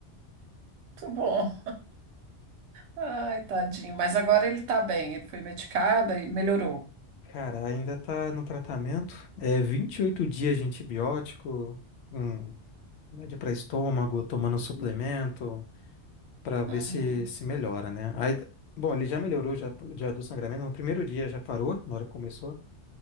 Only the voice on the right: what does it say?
Muito bom. Ai, tadinho. Mas agora ele tá bem. Ele foi medicado e melhorou.
Uhum,